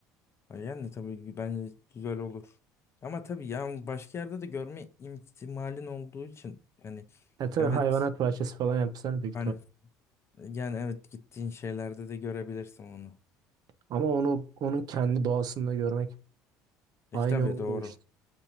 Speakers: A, on the left (about 30°); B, on the right (about 55°).
A: Ha, Yani tabii bence güzel olur. Ama tabii yani başka yerde de görme ihtimalin olduğu için hani
B: E tabii
A: evet
B: hayvanat bahçesi falan yapsan büyük
A: hani
B: ihtimal.
A: yani evet gittiğin şeylerde de görebilirsin onu.
B: Ama onu onun kendi doğasında görmek
A: E
B: Aynı
A: tabii
B: olurmuş.
A: doğru.
B: işte.